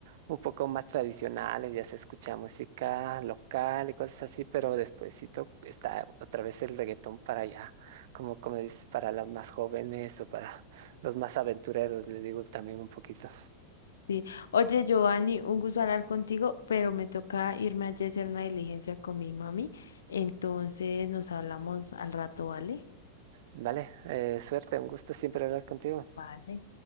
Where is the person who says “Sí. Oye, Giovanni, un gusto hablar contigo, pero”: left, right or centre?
Left